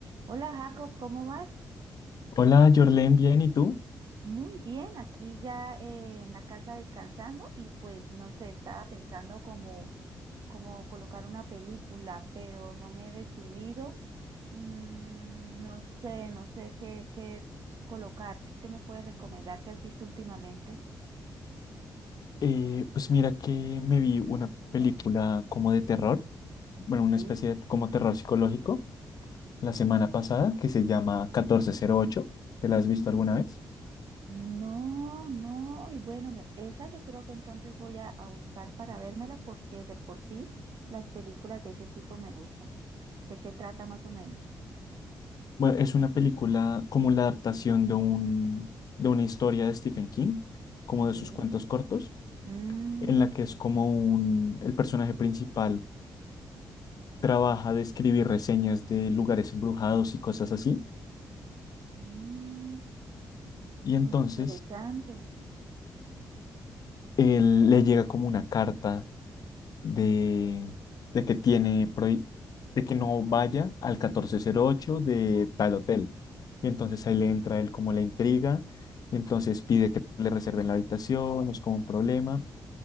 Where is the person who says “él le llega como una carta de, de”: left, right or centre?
Left